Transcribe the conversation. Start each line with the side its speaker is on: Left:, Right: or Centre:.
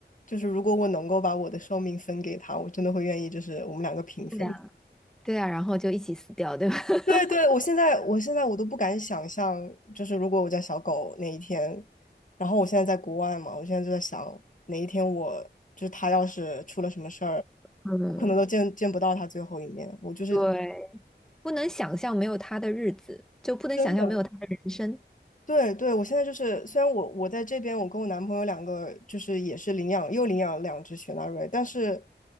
Left: 就是如果我能够把我的寿命分给他，我真的会愿意，就是我们两个平分。
Centre: 对呀对啊，然后就一起死掉，对吧？<laughs>
Left: 对对，我现在我现在我都不敢想象，就是如果我家小狗哪一天，然后我现在在国外嘛，我现在就在想哪一天我就是它要是出了什么事儿，
Centre: 嗯，
Left: 我可能都见见不到它最后一面。我就是
Centre: 对，不能想象没有他的日子，就不能想象没有他的人生，
Left: 真的，对对，我现在就是虽然我我在这边，我跟我男朋友两个就是也是领养又领养了两只雪纳瑞，但是